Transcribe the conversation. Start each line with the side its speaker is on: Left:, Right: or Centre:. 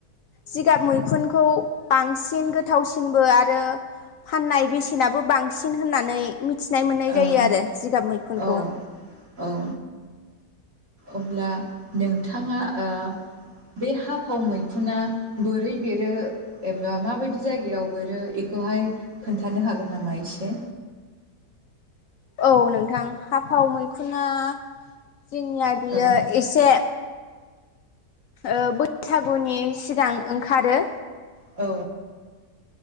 Left: जिगाब मैखुनखौ बांसिन गोथावसिनबो आरो फाननाय बेसेनाबो बांसिन होननानै मि थिनाय मोननाय जायो
Right: औ
Left: आरो जिगाब मैखुनखौ।
Right: ओ औ औ अब्ला नोंथाङा ओ बे हाफाव मैखुना बोरै बेरो एबा माबायदि जायगायाव बेरो एखौहाय खोन्थानो हागोन नामा एसे?
Left: औ नोंथां हाफाव मैखुना जोंनिया बियो
Right: औ
Left: एसे ओ बैसागुनि सिगां ओंखारो।
Right: औ।